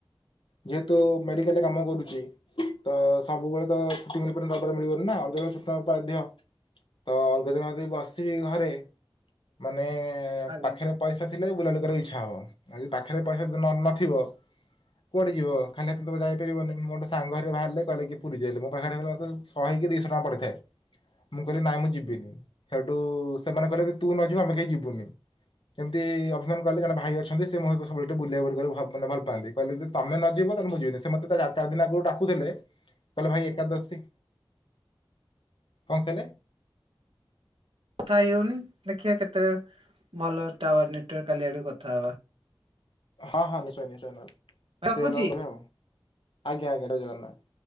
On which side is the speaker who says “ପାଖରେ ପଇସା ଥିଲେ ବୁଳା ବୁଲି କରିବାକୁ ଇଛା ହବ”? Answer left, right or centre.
Left